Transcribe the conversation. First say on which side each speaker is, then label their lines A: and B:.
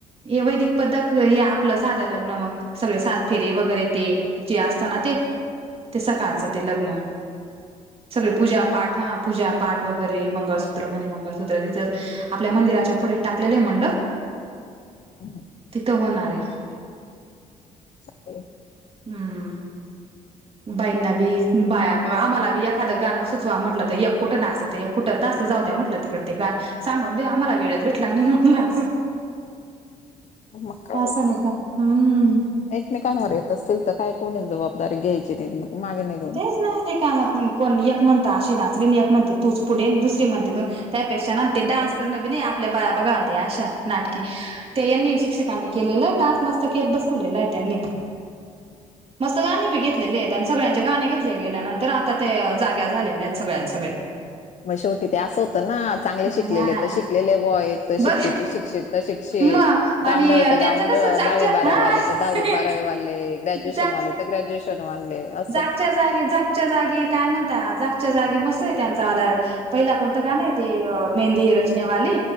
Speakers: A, on the right; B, on the left.
A: हे वैदिक पद्धक हे आपलं साध लग्न मग सगळे साथ फेरे वगैरे ते जे असत ना ते ते सकाळचं ते लग्न सगळे पूजा पाठ हं पूजा पाठ वगैरे मंगळसूत्र म्हणे मंगळसूत्र तिथं आपल्या मंदिराच्या पुढे टाकलेलं आहे मंडप
B: हम्म,
A: तिथं होणार आहे
B: <inaudible>
A: हम्म बाईंना बी बाह्या आम्हाला बी एखादं गाणं सुचवा म्हटलं तर एकट कुठं नाचत एकुठंच जास्त जाऊ द्या म्हटलं तिकड ते गाण सांगून देऊ आम्हाला वेळच भेटला नाही म्हटलंं
B: <inaudible> मग काय
A: असं नाही का हम्म
B: एकमेकांवर येत असतील तर काय कोणी जबाबदारी घ्यायची नाहीत मग मागे नाही
A: तेच ना रिकाम कोण एक म्हणत अशी नाचीवील तशी नाचील एक म्हणते तूच पुढे दुसरी म्हणते त त्यापेक्षा ना ते डान्स करणं बी नाही आपल्या बाह्या बघा ते अशा नाटके त्या यांनी शिक्षकांनी केलेलं आहे डान्स मस्त के बसवलेला आहे त्यांनी
B: <inaudible>
A: मस्त गाणी बी घेतलेले आहेत आणि सगळ्यांनी चे गाणे घेतले गेल्या नंतर आता ते जाग्या झालेल्या आहेत सगळ्यांच सगळ्या
B: मग शेवटी ते असं होतं ना चांगले शिकलेले
A: हा
B: तर शिकलेले बॉय एक तर
A: बघ
B: शिकती शिक्षित ते शिक्षित
A: मग
B: गावंढळ
A: आणि
B: ते
A: त्यांचं
B: गावंढळ
A: कसं जागच्या
B: दहावी बारावी
A: हा
B: वाले तर दहावी बारावे वाले ग्रॅज्यु ग्रॅज्युएशन
A: जाग
B: वाले त गॅज्युएशन वाले असं
A: जागच्या जागी जागच्या जागी काय म्हणता जागच्या जागी मस्त आहे त्यांचा वाला पहिला कोणतं गाण आहे ते मेहंदी रचनेवाली